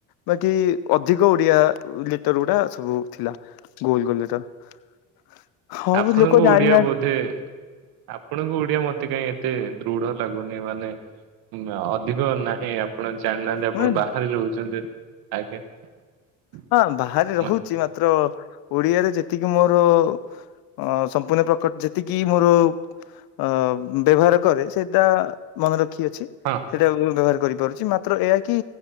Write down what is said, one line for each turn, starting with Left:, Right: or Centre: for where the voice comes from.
Left: ବାକି-ଇ-ଇ ଅଧିକ ଓଡିଆ ଲେଟର ଗୁଡା ସବୁ ଥିଲା ଗୋଲ ଗୋଲ ଲେଟର। ହଁ
Right: ଆପଣଙ୍କୁ
Left: ଲୋକ ଜାଣିନାହାନ୍ତି
Right: ଓଡିଆ ବୋଧେ ଆପଣଙ୍କୁ ଓଡିଆ ମତେ କାଇହିଁ ଏତେ ଦୃଢ ଲାଗୁନି ମାନେ ନା ଅଧିକ ନାହିଁ ଆପଣ ଜାଣିନାହାନ୍ତି ଆପଣ
Left: ମାନେ
Right: ବାହାରେ ରହୁଛନ୍ତି <unintelligible>
Left: ହଁ ବାହାରେ ରହୁଛି
Right: ମାନେ
Left: ମାତ୍ର ଓଡିଆରେ ଯେତିକି ମୋର-ଅ-ଅ ଅ ସମ୍ପୂର୍ଣ୍ଣ ପ୍ରକଟ ଯେତିକି ମୋର ଅ-ଅ ବ୍ୟବହାର କରେ ସେଇଟା ମନେ ରଖିଅଛି।
Right: ହଁ।
Left: ସେଇଟା ବ୍ୟବହାର କରିପାରୁଛି ମାତ୍ର ଏହା କି